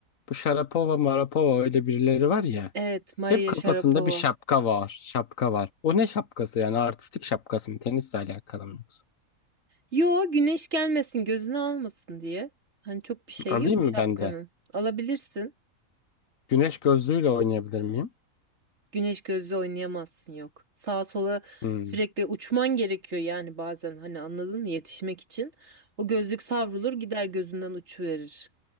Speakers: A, on the left (about 65°); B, on the right (about 50°).
A: Bu Sharapova Marapova öyle birileri var ya.
B: Evet, Maria
A: Hep kafasında
B: Sharapova.
A: bir şapka var. Şapka var. O ne şapkası yani artistik şapkası mı? Tenisle alakalı mı yoksa?
B: Yo, güneş gelmesin, gözünü almasın diye. Hani çok bir şey
A: Alayım
B: yok şapkanın.
A: mı ben de?
B: Alabilirsin.
A: Güneş gözlüğüyle oynayabilir miyim?
B: Güneş gözlü oynayamazsın yok. Sağa sola
A: Hmm.
B: sürekli uçman gerekiyor yani bazen hani anladın mı yetişmek için. O gözlük savrulur gider gözünden uçuverir.